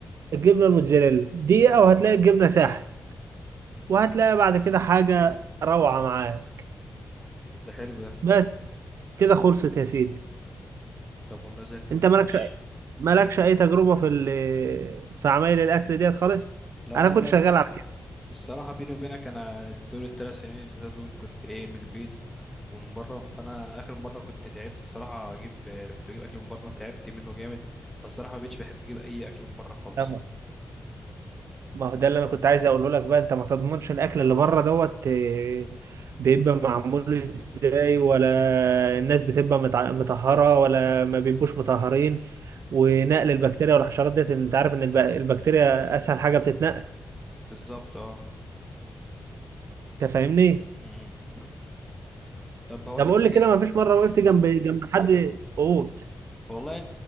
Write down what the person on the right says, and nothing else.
الجبنه الموتزاريلا دقيقه وهتلاقي الجبنه ساحت وهتلاقي بعد كده حاجة روعة معاه
بس كده خلصت يا سيدي
انت مالكش
مالكش اي تجربة في ال... في عمايل الاكل ديت خالص
انا كنت شغال على كده
تمام. ما هو ده اللي انا كنت عايز اقوله لك بقى انت ما تضمنش الاكل اللي بره دوت آه، بيبقى معمول ازاي ولا الناس بتبقى متع- مطهرة ولا ما بيبقوش مطهرين ونقل البكتيريا والحشرات ديت انت عارف ان الب- البكتيريا اسهل حاجة بتتنقل
انت فاهمني
طب
قول
لي كده ما فيش مره وقفت جنب جنب حد قول